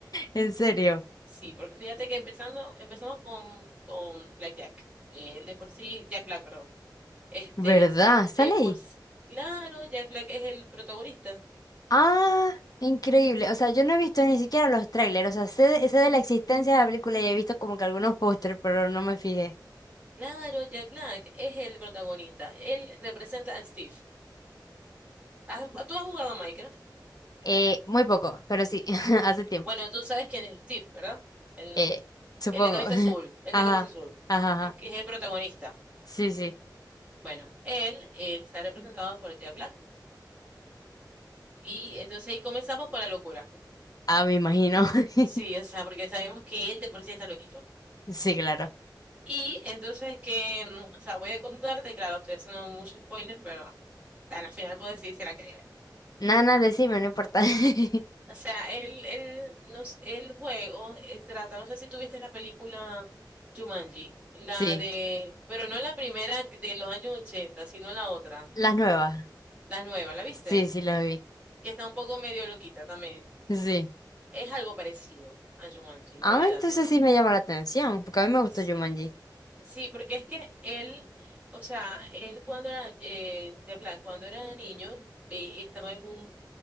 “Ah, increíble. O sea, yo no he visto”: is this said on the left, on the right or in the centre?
Left